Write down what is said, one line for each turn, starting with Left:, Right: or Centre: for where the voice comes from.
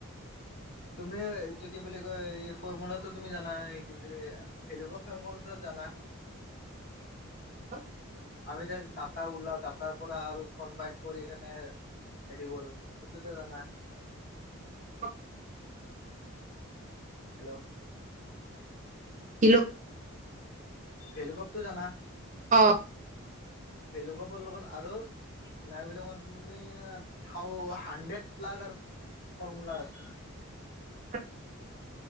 Left: তুমি এইটো কি বুলি কয় এই ফৰ্মুলাতটো তুমি জানা এই কি বুলি কয় হেলগা ফেম বুলিত জানা
Right: অ
Left: আমি যে ডাটা ওলাও ডাটাৰ পৰা আৰু কনভাইট কৰি কেনে হেৰি কৰো এইটোতো জানা
Right: অ
Left: হেল্লো'
Right: হেল্ল
Left: কেলিকপটো জানা
Right: অ
Left: ভেল কপৰ লগত আৰু নাই বুলি ক তুমি থাও হাড্ৰেড প্লাছ আৰু ফৰ্মূলা আছে
Right: <inaudible>